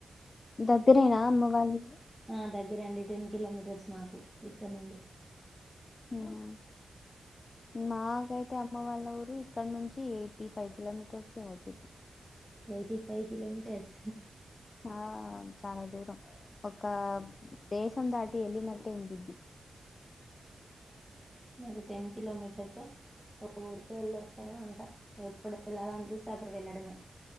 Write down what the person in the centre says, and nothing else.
ఆ దగ్గరే అండి టెన్ కిలోమీటర్స్ మాకు ఇక్కడ నుండి
ఎయిటీ ఫైవ్ కిలోమీటర్స్
మాకి టెన్ కిలోమీటర్సే ఒక్ ఊరికే వెళ్ళి వస్తేనే ఉంటాం ఎప్పుడు వెళ్లాలీ అనిపిస్తే అప్పుడు వెళ్ళడమే